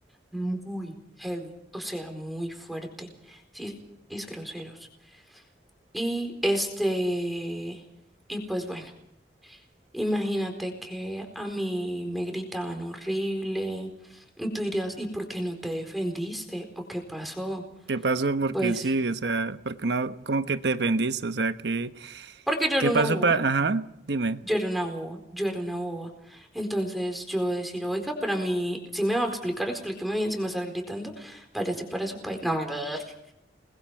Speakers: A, in the centre; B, on the right.
A: muy heavy, o sea, muy fuerte, sí, y groseros. Y este, y pues bueno. Imagínate que a mí me gritaban horrible y tú dirías, ¿y por qué no te defendiste? ¿O qué pasó?
B: ¿Qué pasó? Porque
A: Pues
B: sí, o sea, porque no, como que te defendiste, o sea, que,
A: porque yo
B: ¿qué
A: era una
B: pasó
A: boba,
B: para, ajá, dime.
A: yo era una boba, yo era una boba. Entonces yo decir, oiga, para mí, si me va a explicar, explíqueme bien, si me va a estar gritando, váyase para su país. No, <laughs>